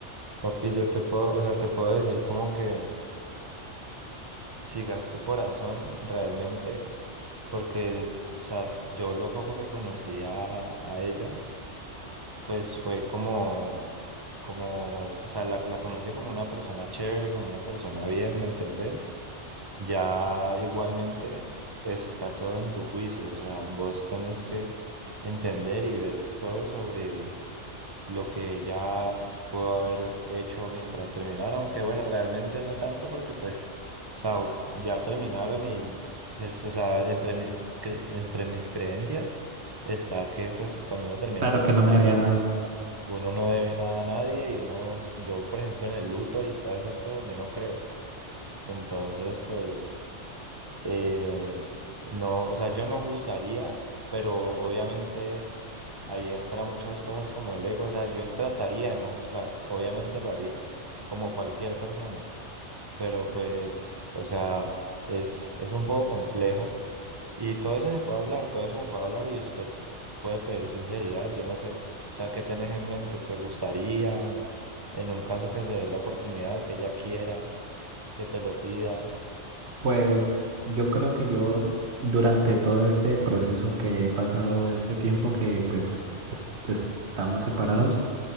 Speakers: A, on the right (about 30°); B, on the right (about 65°).
A: papi, yo te puedo, o sea, te puedo decir como que... sigas tu corazón realmente, porque, o sabes, yo lo poco que conocí a, a ella, pues fue como, como, o sea, la, la conocí como una persona chévere, como una persona bien, ¿me entendés? Ya igualmente está todo en tu juicio, o sea, vos tenés que entender y ver todo sobre lo que ya pudo haber hecho mientras terminaron, que bueno, realmente no tanto porque pues, o sea, ya terminaron y pues, o sea, entre mis, cre- entre mis creencias está que pues cuando uno termina
B: Claro
A: con
B: que no
A: una
B: me
A: persona,
B: había dado.
A: uno no debe nada a nadie y uno, yo por ejemplo en el luto y todas esas cosas, yo no creo. Entonces, pues, eh, no, o sea, yo no juzgaría, pero obviamente... Ahí entra muchas cosas como el ego, o sea, yo trataría de no juzgar, obviamente lo haría, como cualquier persona, pero pues, o sea, es, es un poco complejo y todo eso se puede hablar, todo eso se puede hablar y usted puede pedir sinceridad, yo no sé, o sea, ¿qué tenés en mente? ¿Te gustaría, en un caso que se dé la oportunidad, que ella quiera, que te lo pida?
B: Pues yo creo que yo durante todo este proceso que he pasado, este tiempo que pues es- estamos separados,